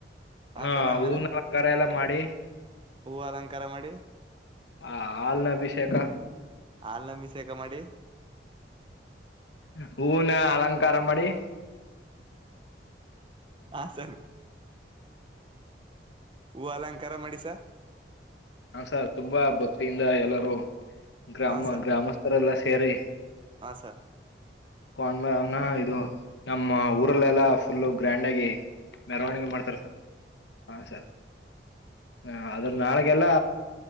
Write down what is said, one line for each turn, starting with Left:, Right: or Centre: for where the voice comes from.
Left: ಹಾ
Right: ಸರ್ ಆಮೇಲೆ
Left: ಹೂವುನ್ ಅಲಂಕಾರ ಎಲ್ಲ ಮಾಡಿ.
Right: ಹೂವು ಅಲಂಕಾರ ಮಾಡಿ
Left: ಹ ಹಾಲ್ನ ಅಭಿಷೇಕ.
Right: ಹಾಲ್ನ ಅಭಿಷೇಕ ಮಾಡಿ.
Left: ಹೂವುನ ಅಲಂಕಾರ ಮಾಡಿ.
Right: ಹಾ ಸರ್ ಹೂ ಅಲಂಕಾರ ಮಾಡಿ ಸಾ
Left: ಹಾ ಸರ್ ತುಂಬಾ ಭಕ್ತಿಯಿಂದ ಎಲ್ಲರೂ. ಗ್ರಾಮ
Right: ಹಾ ಸರ್
Left: ಗ್ರಾಮಸ್ಥರ ಎಲ್ಲ ಸೇರಿ.
Right: ಹಾ ಸ್
Left: ಕೊಂಡ್ಮನ ಇದು ನಮ್ಮ ಊರಲ್ಲೆಲ್ಲಾ ಫುಲ್ಲು ಗ್ರ್ಯಾಂಡ್ ಆಗಿ. ಮೆರವಣಿಗೆ ಮಾಡ್ತಾರ ಸರ್ ಹಾ ಸರ್. ಹ ಅದ್ರ ನಾಳಗೆಲ್ಲ.